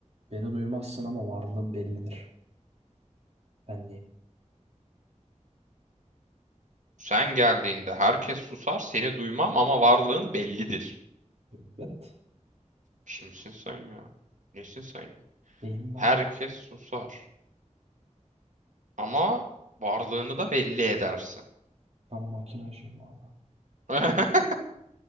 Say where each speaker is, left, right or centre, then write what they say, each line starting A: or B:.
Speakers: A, on the right; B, on the right.
A: Beni duymazsın ama varlığım bellidir. Ben neyim?
B: Sen geldiğinde herkes susar, seni duymam ama varlığın bellidir.
A: Evet.
B: Kimsin sen ya? Nesin sen ya?
A: Neyim ben?
B: Herkes susar ama varlığını da belli edersin.
A: Ben makinacıyım abi.
B: <laughs>